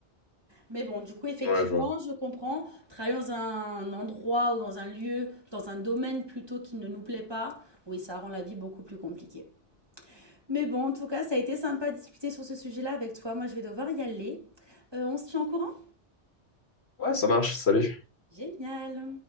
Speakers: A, on the right; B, on the left.
A: Mais bon, du coup, effectivement,
B: Ouais, je vois.
A: je comprends. Travailler dans un endroit ou dans un lieu, dans un domaine plutôt qui ne nous plaît pas, oui, ça rend la vie beaucoup plus compliquée. Mais bon, en tout cas, ça a été sympa de discuter sur ce sujet-là avec toi. Moi, je vais devoir y aller. Euh, on se tient au courant
B: Ouais, ça marche, salut.
A: Génial